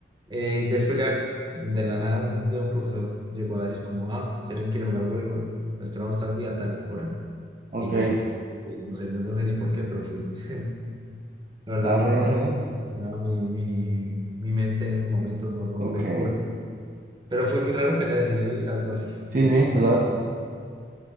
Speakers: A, on the right; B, on the right.
A: Eh, después ya, de la nada, un día un profesor llegó a decir como, ah, Serín quiere jugar voleibol, lo esperamos tal día, tal hora.
B: Ok.
A: Y yo sí, fui, no sé, no, no sé ni por qué, pero fui. <laughs> La verdad,
B: Ah,
A: no,
B: re bien,
A: no,
B: re bien.
A: no, mi, mi, mi mente en esos momentos no lo
B: Ok.
A: recuerdo. Pero fue muy raro que haya decidido ir a algo así.
B: Sí,
A: De
B: sí,
A: hecho,
B: sí,
A: ahora
B: total.
A: que-